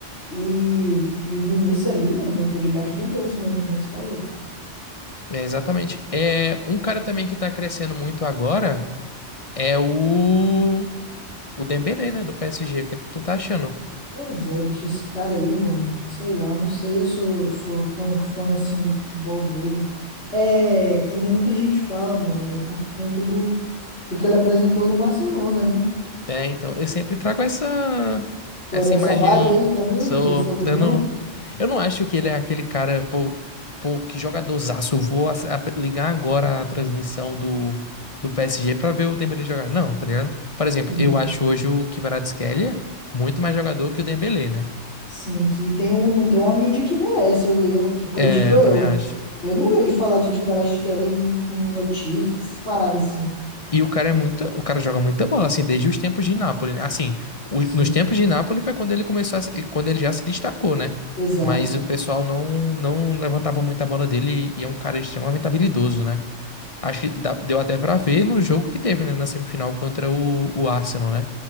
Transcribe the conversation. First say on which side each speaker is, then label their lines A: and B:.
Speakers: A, on the left; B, on the left.
A: E, e o Vinícius ali, mano, botou debaixo do bolso mesmo, que nem tu falou.
B: É, exatamente. É, um cara também que tá crescendo muito agora é o, o Dembélé, né, do PSG. O que é que tu tá achando?
A: Pois é, bicho, esse cara aí, mano, sei lá, não sei, eu sou, sou tão fã assim do futebol dele. É, que nem muita gente fala, mano, é por conta do, do que ele apresentou no Barcelona, né?
B: É, então, eu sempre trago essa
A: Tu
B: essa
A: é dessa
B: imagem.
A: vibe aí também,
B: Sou
A: dessa opinião?
B: dando. Eu não acho que ele é aquele cara, pô, pô, que jogadorzaço. Eu Vou ass- ab- ligar agora a transmissão do, do PSG pra ver o Dembélé jogar. Não, tá ligado? Por exemplo,
A: Hum.
B: eu acho hoje o Kvaratskhelia muito mais jogador que o Dembélé, né?
A: Sim, que tem um, não tem uma mídia que merece, eu, eu que acredito
B: É, eu
A: eu.
B: também acho.
A: Eu não vejo falar de Kivarash Keller em, em notícias, essas paradas assim.
B: E o cara é muito, o cara joga muita bola, assim, desde os tempos de Nápoles, né? Assim, o-
A: Sim,
B: nos tempos de Nápoles foi quando ele começou a se- quando ele já se destacou, né?
A: exato.
B: Mas o pessoal não não levantava muito a bola dele e é um cara extremamente habilidoso, né? Acho que dá- deu até pra ver no jogo que teve, né, na semifinal contra o, o Arsenal, né?